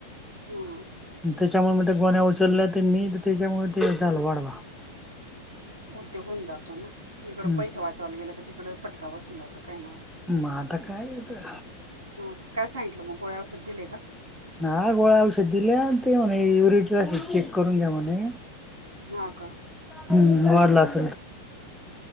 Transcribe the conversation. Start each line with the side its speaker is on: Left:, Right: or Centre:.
Right: हम्म
Centre: त्याच्यामुळे मग ते गोन्हया उचलल्या ते नीट त्याच्यामुळे ते झालं वाढवा.
Right: उद्योग होऊन जातो ना इकडं
Centre: हम्
Right: पैसे वाचावायला गेलं क तिकडं फटका बसून जातो काही ना माही.
Centre: म आता काय ते..
Right: हं, काय सांगितलं मग गोळ्या औषध दिले का?
Centre: हां, गोळा औषध दिल्या ते म्हणे युरीक एसिड चेक करून घ्या म्हणे.
Right: हां का?
Centre: हम्म वाढलाच